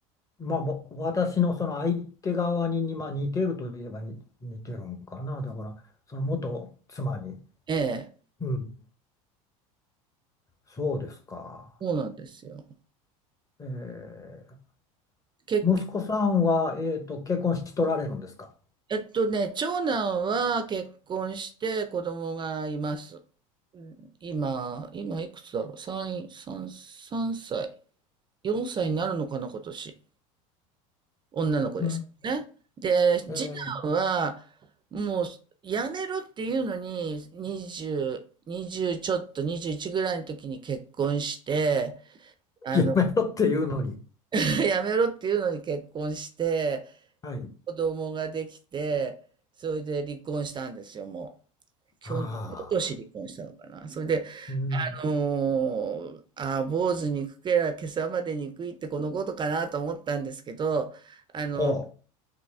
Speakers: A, on the left; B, on the right.
A: まあ、ぼ私のその相手側に、まあ、似てるといえばに似てるんかな。だから、その元妻に。
B: ええ、
A: うん。そうですか。
B: そうなんですよ。
A: ええ。
B: 結局、
A: 息子さんは、えっと、結婚しとられるんですか
B: えっとね、長男は結婚して子供がいます。うん今、今いくつだろう ?3、三三歳。4歳になるのかな、今年。女
A: うん。
B: ね。で、
A: え
B: 次男は、もう、やめろっていうのに、20、20ちょっと、21ぐらいの時に結婚して、あの、
A: え。<laughs> やめろっていうのに。
B: <laughs> やめろっていうのに結婚して、
A: はい。
B: 子供ができて、それで離婚したんですよ、もう。去年、
A: ああ。
B: 今年離婚したのかな。それで、
A: うん。
B: の、あー、坊主にくけりゃ今朝までにくいってこのことかなと思ったんですけど、あの、
A: ほう。